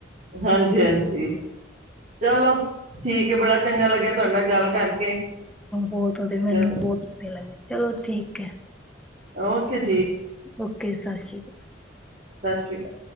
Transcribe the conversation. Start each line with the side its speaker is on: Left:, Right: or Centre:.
Right: ਹਾਂਜੀ ਹਾਂਜੀ ਚਲੋ ਠੀਕ ਹੈ ਬੜਾ ਚੰਗਾ ਲੱਗਿਆ ਤੁਹਾਡੇ ਨਾਲ ਗੱਲ ਕਰਕੇ
Centre: ਹੋਰ ਮੈਨੂੰ
Right: ਚਲੋ
Centre: ਬਹੁਤ ਵਧੀਆ ਲਗਦੇ, ਚਲੋ ਠੀਕ ਹੈ।
Right: ਓਕੇ ਜੀ।
Centre: ਓਕੇ ਸਤਿ ਸ਼੍ਰੀ,
Right: ਸਤਿ ਸ੍ਰੀ ਅਕਾਲ।